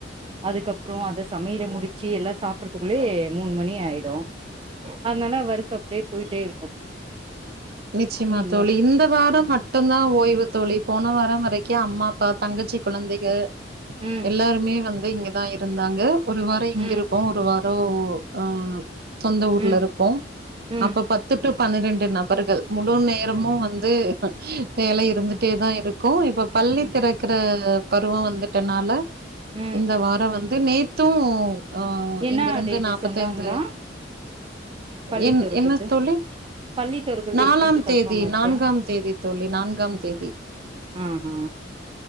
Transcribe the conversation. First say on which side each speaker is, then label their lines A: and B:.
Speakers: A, on the right (about 30°); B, on the right (about 55°).
A: அதுக்கு அப்புறோ அத சமையல முடிச்சு எல்லா சாப்பட த்துக்குள்ளே மூணு மணி ஆயிடு அதனால ஒர்க் அப்படியே போயிட்டே இருக்கு
B: நிச்சயமா
A: இன்னைக்கு
B: தோழி
A: மட்
B: இந்த வார மட்டுதா ஓய்வு தோழி போன வார வரைக்கு அம்மா அப்பா தங்கச்சி குழந்தைகள்
A: ம்
B: எல்லாருமே வந்து இங்க தா இருந்தாங்க ஒரு வார
A: ம்
B: இங்க இருப்போ ஒரு வார ஆஹ் சொந்த ஊர்ல
A: ம்
B: இருப்போம்
A: ம்
B: அப்ப பத்து டூ பன்னிரெண்டு நபர்கள் முழு நேரமு
A: ம்
B: வந்து வேல இருந்துட்டே தான் இருக்கும் இப்ப பள்ளி
A: ம்
B: திறக்குற பருவம் வந்துட்டனால
A: ம்
B: இந்த வாரம் வந்து நேத் தும் ஆ
A: என்ன
B: இங்கிருந்து
A: டேட்டு
B: நாப்பத்து
A: சொன்னாங்களா
B: ஐந்து
A: பள்ளி
B: என்
A: தொறக்கறது
B: என்ன தோழி
A: பள்ளி தொறக்கறது
B: நாலாம்
A: எப்போன்ட்டு
B: தேதி
A: கன்ஃபார்ம் ஆச்சா
B: நான்காம் தேதி தோழி நான்காம் தேதி
A: ஆஹா